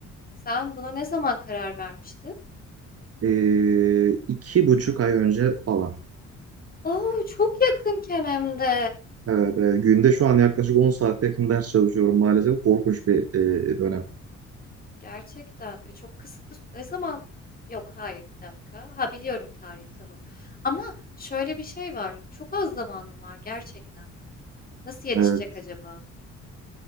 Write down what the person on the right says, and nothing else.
Ee, iki buçuk ay önce falan.
Evet, e, günde şu an yaklaşık 10 saate yakın ders çalışıyorum maalesef. Korkunç bir e, dönem.
Evet.